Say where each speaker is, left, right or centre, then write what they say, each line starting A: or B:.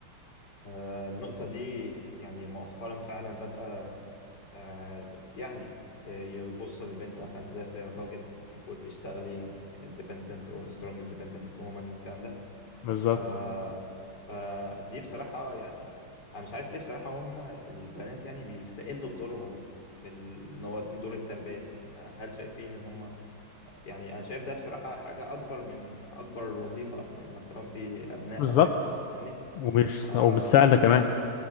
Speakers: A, on the left; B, on the left.
A: آه، النقطة دي يعني مؤخرا فعلا بدأ آه، يعني آه، يبصوا للبنت مثلا انت زيك زي الراجل المفروض تشتغلي independent و strong independent woman والكلام ده
B: بالظبط
A: آه، فدي بصراحة يعني أنا مش عارف ليه بصراحة هم البنات يعني بيستقلوا بدورهم في ال- ان هو دور التربية هل شايفين ان هم يعني انا شايف ده بصراحة حاجة اكبر من اكبر وظيفة اصلا انك تربي ابناء
B: بالظبط
A: او كده فاهمني؟
B: ومش
A: آه،
B: ومش سهلة كمان